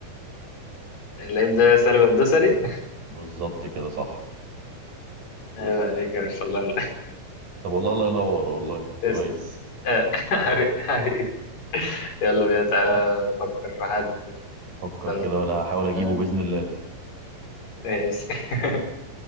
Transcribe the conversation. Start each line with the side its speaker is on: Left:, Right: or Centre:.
Left: اللعيب ده سالم الدوسري
Right: بالظبط كده صح
Left: عيب عليك يا باشا الله
Right: طب والله الله ينور والله كويس
Left: يس- آه، <laughs> حبيبي حبيبي يلا بينا تعالى فكر في حد
Right: فكر
Left: استنى
Right: كده
Left: افكر
Right: ولا
Left: لك
Right: هحاول
Left: في
Right: اجيبه
Left: حد
Right: باذن الله
Left: ماشي <laughs>